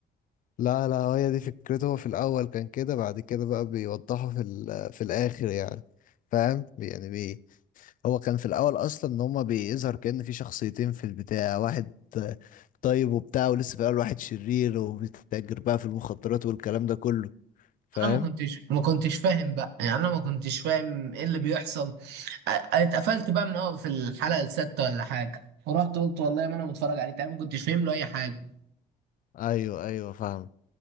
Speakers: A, on the left; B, on the right.
A: لا لا هي دي فكرته هو في الاول كان كده بعد كده بقى بيوضحه في ال- في الاخر يعني فاهم يعني بي هو كان في الاول اصلا ان هما بيظهر كأن في شخصيتين في البتاع واحد آه، طيب وبتاع ولسه في الاول واحد شرير وبيتاجر بقى في المخدرات والكلام ده كله فاهم
B: انا ما كنتش ما كنتش فاهم بقى يعني انا ما كنتش فاهم ايه اللي بيحصل آه، اتقفلت بقى من اه في الحلقه السادسه ولا حاجه فرحت قلت والله ما انا متفرج عليه تاني ما كنتش فاهم له اي حاجه
A: ايوه ايوه فاهم